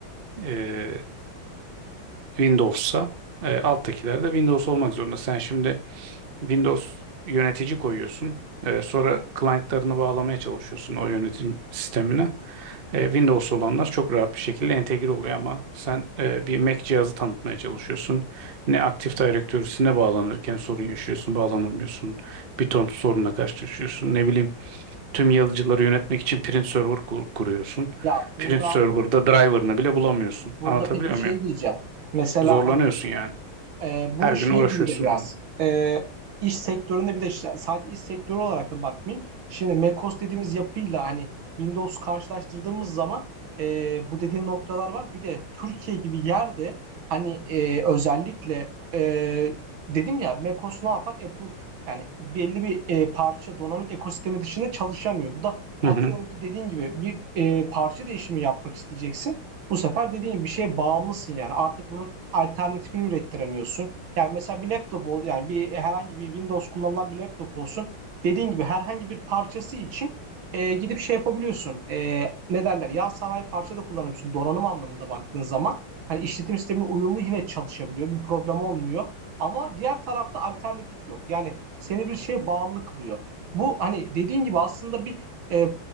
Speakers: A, on the right (about 45°); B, on the right (about 65°).
A: e, Windows'sa e, alttakiler de Windows olmak zorunda. Sen şimdi Windows yönetici koyuyorsun. Ee, sonra client'larını bağlamaya çalışıyorsun o yönetim sistemine. Ee, Windows olanlar çok rahat bir şekilde entegre oluyor ama sen e, bir Mac cihazı tanıtmaya çalışıyorsun. Ne Active Directory'sine bağlanırken sorun yaşıyorsun, bağlanamıyorsun. Bir ton sorunla karşılaşıyorsun. Ne bileyim tüm yazıcıları yönetmek için Print Server kur- kuruyorsun.
B: Ya burada
A: Print Server'da driver'ını bile bulamıyorsun.
B: burada
A: Anlatabiliyor
B: peki şey
A: muyum?
B: diyeceğim. Mesela
A: Zorlanıyorsun
B: hani
A: yani.
B: Ee, bu
A: Her gün
B: şey
A: uğraşıyorsun
B: gibi de biraz
A: onunla.
B: e, iş sektöründe bir de işte sadece iş sektörü olarak da bakmayayım. Şimdi macOS dediğimiz yapıyla hani Windows karşılaştırdığımız zaman e, bu dediğin noktalar var. Bir de Türkiye gibi yerde hani e, özellikle e, dedim ya macOS ne yapar? Apple yani belli bir e, parça donanım ekosistemi dışında çalışamıyor. Bu da atıyorum
A: Hı hı.
B: ki dediğin gibi bir e, parça değişimi yapmak isteyeceksin. Bu sefer dediğin gibi bir şeye bağımlısın yani. Artık bunun alternatifini ürettiremiyorsun. Yani mesela bir laptop ol, yani bir herhangi bir Windows kullanılan bir laptop olsun. Dediğin gibi herhangi bir parçası için e, gidip şey yapabiliyorsun. E, ne derler? Yan sanayi parça da kullanabiliyorsun donanım anlamında baktığın zaman. Hani işletim sistemine uyumlu yine çalışabiliyor. Bir problem olmuyor. Ama diğer tarafta alternatif yok. Yani seni bir şeye bağımlı kılıyor. Bu hani dediğin gibi aslında bir e,